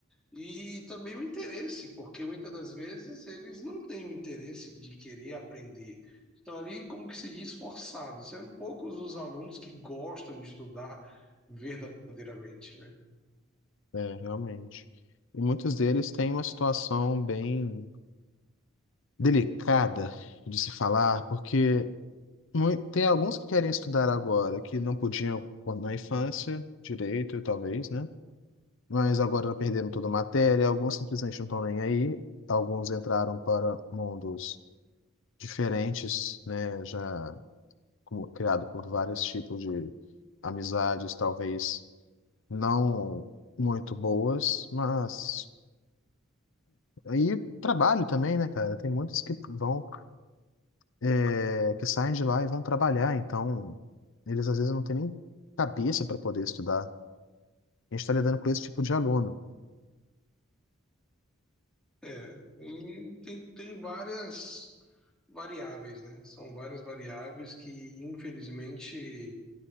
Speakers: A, in the centre; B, on the left.
A: e também o interesse, porque muitas das vezes eles não têm o interesse de querer aprender. Estão ali, como que se diz, forçados. São poucos os alunos que gostam de estudar verdadeiramente, né?
B: É, realmente. E muitos deles têm uma situação bem delicada de se falar, porque mui- tem alguns que querem estudar agora, que não podiam quando na infância, direito, talvez, né? Mas agora perderam toda a matéria, alguns simplesmente não estão nem aí, alguns entraram para mundos diferentes, né? Já como- criado por vários tipos de amizades, talvez não muito boas, mas Aí trabalho também, né, cara? Tem muitos que vão, é, que saem de lá e vão trabalhar, então eles às vezes não têm nem cabeça para poder estudar. A gente está lidando com esse tipo de aluno.
A: É, e tem, tem várias variáveis, né? São várias variáveis que, infelizmente,